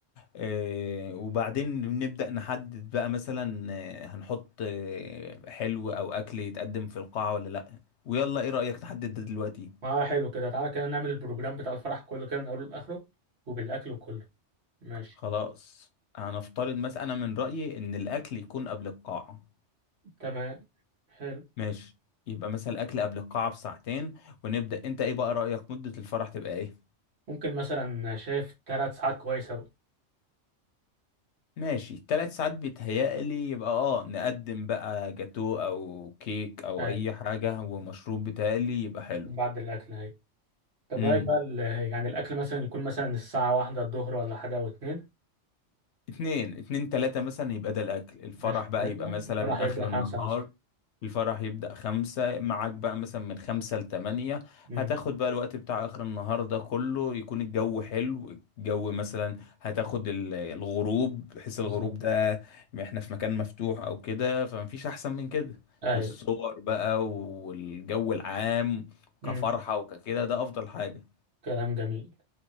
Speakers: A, on the left; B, on the right.
A: آه، وبعدين نبدأ نحدد بقى مثلا آه، هنحط آه، حلو أو أكل يتقدم في القاعة ولا لأ ويلا إيه رأيك نحدد ده دلوقتي
B: اه حلو كده تعالى كده نعمل البروجرام بتاع الفرح كله كده من اوله لاخره وبالاكل وكله ماشي
A: خلاص هنفترض مثلا أنا من رأيي إن الأكل يكون قبل القاعة
B: تمام حلو
A: ماشي يبقى مثلا الاكل قبل القاعه بساعتين ونبدا انت ايه بقى رايك مده الفرح تبقى ايه
B: ممكن مثلا شايف ثلاث ساعات كويسة بقى
A: ماشي ثلاث ساعات بيتهيألي يبقى اه نقدم بقى جاتو او كيك او
B: اي
A: اي حاجه ومشروب بيتهيألي يبقى حلو
B: بعد الاكل اي طب
A: امم
B: رأيك بقى ال- يعني الاكل مثلا يكون مثلا الساعة واحدة الظهر ولا حاجة او اتنين
A: اتنين اتنين تلاتة مثلا يبقى ده الاكل الفرح
B: ماشي
A: بقى
B: ثلاثة
A: يبقى مثلا
B: الفرح يبدأ
A: اخر
B: خمسة
A: النهار
B: مثلا
A: الفرح يبدأ خمسة معاك بقى مثلا من خمسة لتمانية
B: امم
A: هتاخد بقى الوقت بتاع آخر النهار ده كله يكون الجو حلو الجو مثلا هتاخد ال- الغروب بحيث الغروب
B: بالظبط
A: ده احنا في مكان مفتوح أو كده فمفيش أحسن من كده
B: ايوه
A: للصور بقى والجو العام
B: امم
A: كفرحة وككده ده أفضل حاجة
B: كلام جميل